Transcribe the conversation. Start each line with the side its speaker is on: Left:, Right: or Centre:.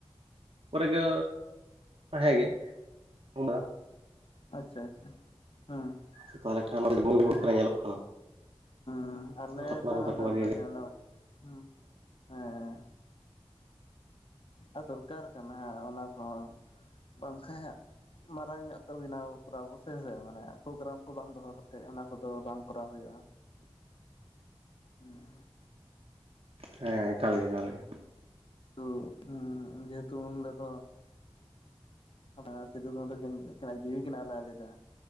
Right: ᱯᱚᱨᱮ ᱜᱮ ᱦᱮᱸᱜᱮ <unintelligible>
Left: ᱟᱪᱪᱷᱟ ᱟᱪᱪᱷᱟ ᱦᱮᱸ
Right: ᱟ ᱛᱟᱦᱚᱞᱮ ᱠᱷᱟᱱ ᱚᱱᱟ <unintelligible> ᱠᱟᱱᱟ ᱧᱮᱞᱚᱜ ᱠᱟᱱᱟ
Left: ᱦᱩ ᱟᱞᱮ
Right: ᱥᱟᱯᱲᱟᱣ
Left: ᱥᱮᱫ ᱦᱚ
Right: ᱫᱟᱠᱚ
Left: ᱚᱰᱮ
Right: ᱵᱷᱟᱜᱮ
Left: ᱚᱱᱠᱟᱜᱮ
Right: ᱜᱮ
Left: ᱚᱱᱟ ᱦᱮᱸ ᱦᱮᱸ ᱟᱨ ᱫᱚᱨᱠᱟᱨ ᱠᱟᱱᱟ ᱚᱱᱟ ᱠᱚᱦᱚᱸ ᱵᱟᱝᱠᱷᱟᱭ ᱦᱟᱸᱜ ᱢᱟᱨᱟᱝ ᱧᱚᱜ ᱛᱮ ᱵᱮᱱᱟᱣ ᱠᱚᱨᱟᱣ ᱵᱚᱱ ᱥᱮᱥᱮ ᱢᱟᱱᱮ ᱯᱨᱳᱜᱨᱟᱢ ᱠᱚ ᱵᱟᱝ ᱫᱚᱦᱚ ᱠᱟᱛᱮᱫ ᱚᱱᱟ ᱠᱚᱫᱚ ᱵᱟᱝ ᱠᱚᱨᱟᱣ ᱦᱩᱭᱩᱜᱼᱟ᱾
Right: <inaudible>
Left: ᱦᱮᱸ
Right: ᱦᱮᱸ ᱮᱠᱟᱞ ᱜᱮ ᱮᱠᱟᱞ ᱜᱮ᱾
Left: <unintelligible> ᱡᱮᱦᱮᱛᱩ ᱩᱱ ᱦᱤᱞᱳᱜ ᱫᱚ ᱚᱱᱟ ᱥᱤᱫᱩᱠᱟᱱᱩ ᱛᱟᱹᱠᱤᱱ ᱟᱹᱠᱤᱱᱟᱜ ᱡᱤᱣᱤ ᱠᱤᱱ ᱟᱞᱟᱭ ᱞᱮᱫᱟ